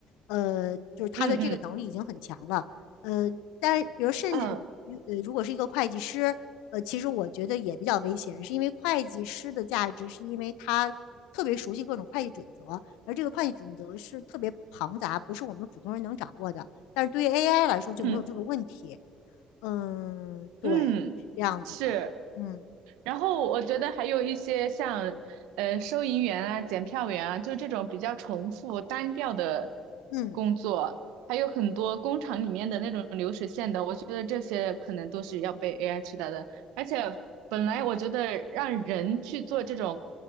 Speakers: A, on the left; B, on the right.
A: 呃，就是他的这个能力已经很强了，
B: 嗯嗯。
A: 呃，但是比如甚至于呃，
B: 嗯
A: 如果是一个会计师。呃，其实我觉得也比较危险，是因为会计师的价值是因为他特别熟悉各种会计准则，而这个会计准则是特别庞杂，不是我们普通人能掌握的。但是对于 AI 来说就没有这个问题。
B: 嗯
A: 嗯，
B: 嗯，
A: 对，这样子的。
B: 是。
A: 嗯
B: 然后我觉得还有一些像呃收银员啊、
A: 嗯
B: 检票员啊，就这种比较重复单调的
A: 嗯
B: 工作，还有很多工厂里面的那种流水线的，我觉得这些可能都是要被 AI 取代的。而且本来我觉得让人去做这种
A: 嗯，